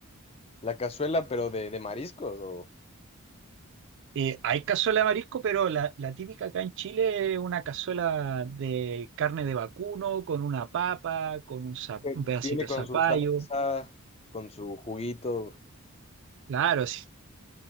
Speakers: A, on the left; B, on the right.
A: La cazuela, pero de, de mariscos, o
B: Eh, hay cazuela de marisco, pero la, la típica acá en Chile es una cazuela de carne de vacuno, con una papa, con un, za-
A: que
B: un pedacito
A: viene
B: de
A: con
B: zapallo.
A: su salsa, con su juguito,
B: Claro, sí,